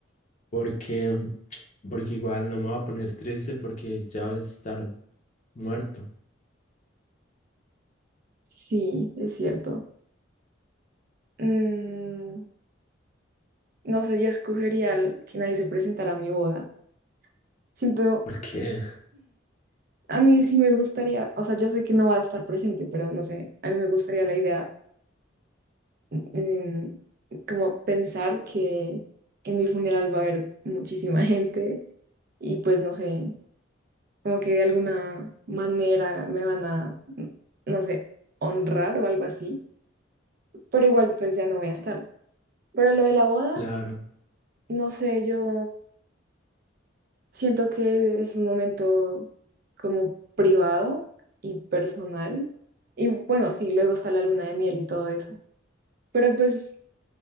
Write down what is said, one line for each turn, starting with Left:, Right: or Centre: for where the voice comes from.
Left: porque, porque igual no me voy a poner triste porque ya voy a estar muerto.
Right: Sí, es cierto. Mm, no sé, yo escogería el- que nadie se presentara a mi boda. Siento,
Left: Porque,
Right: a mí sí me gustaría, o sea, yo sé que no va a estar presente, pero no sé, a mí me gustaría la idea, em, como pensar que en mi funeral va a haber muchísima <laughs> gente y pues no sé como que de alguna manera me van a, no sé, honrar o algo así, pero igual pues ya no voy a estar. Pero lo de la boda,
Left: <laughs> claro,
Right: no sé, yo siento que es un momento como privado y personal. Y bueno, sí, luego está la luna de miel y todo eso. Pero pues,